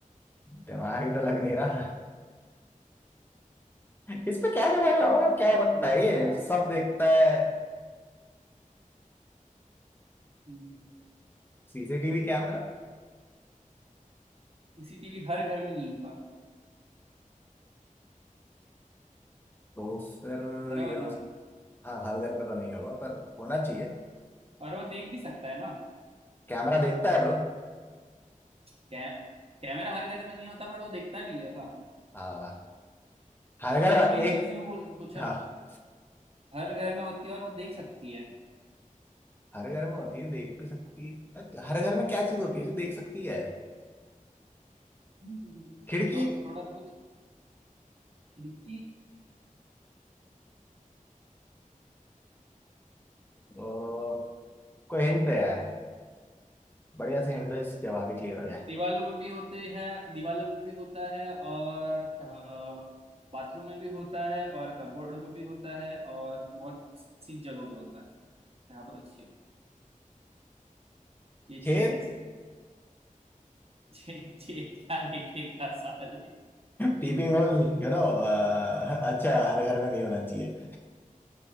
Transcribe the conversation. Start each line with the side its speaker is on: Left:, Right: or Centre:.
Left: दिमाग ही तो लग नहीं रहा इस पे क्या दिमाग लगा
Right: अगर
Left: क्या हो
Right: थोड़ा
Left: सकता है
Right: सा
Left: ये सब देखता है
Right: हम्म,
Left: CCTV camera
Right: सीसीटीवी हर घर में नहीं होता
Left: तो फिर
Right: बराबर
Left: ये हो
Right: ना
Left: सक- हाँ हर घर पे तो नहीं होगा पर होना चाहिए
Right: और वो देख भी सकता है ना
Left: कैमरा देखता है ब्रो
Right: कै, कैमरा हर घर में नहीं होता बट वो देखता भी है ऐसा
Left: हाँ हर घर
Right: ये जो है चीज
Left: एक
Right: जो बोल पूछा
Left: हाँ
Right: हर घर में होती है और वो देख सकती है
Left: हर घर में होती है देख भी सकती है हर घर में क्या चीज होती है जो देख सकती है
Right: हम्म,
Left: खिड़की
Right: सोच थोड़ा सोच खिड़की
Left: ओ, कोई हिंट है यार बढ़िया से हिंट जवाब ही क्लियर हो जाए
Right: दीवालों पे भी होते हैं दीवालों पे भी होता है और अ, बाथरूम में भी होता है और कपबोर्ड पे भी होता है और बहुत सी जगहों पे होता है यहाँ पर चाहिए ये
Left: छेद
Right: चीज ऐसी <laughs> जे, जे क्या देखेगा सारे नहीं,
Left: पीपिंग होल यू नो अच्छा हर घर में नहीं होना चाहिए